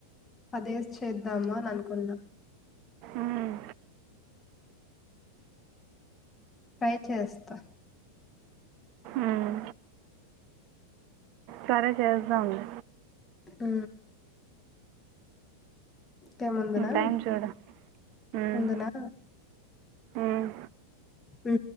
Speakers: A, on the left; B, on the right.
A: అదేసి చేద్దామా అని అనుకున్నా
B: ఉమ్.
A: ట్రై చేస్తా
B: ఉమ్. సరే చేద్దాంలే
A: ఆ <inaudible> ఇంకేం ఉందునా
B: టైం చూడు ఉమ్.
A: ఉందునా
B: ఉమ్.
A: ఆ